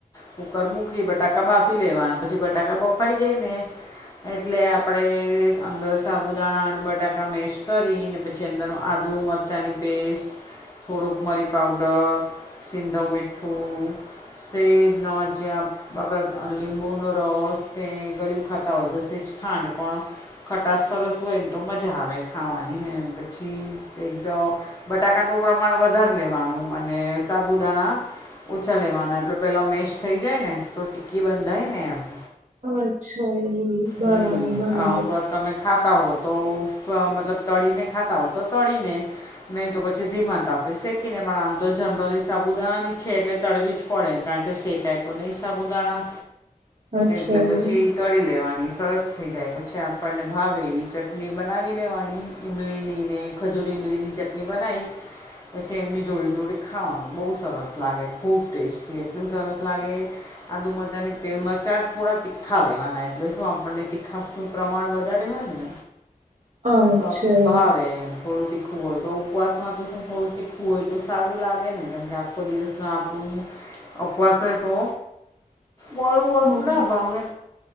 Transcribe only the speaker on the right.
અચ્છા એવુ બરાબર
બરાબર
અચ્છા
એવું.
અચ્છા
એવું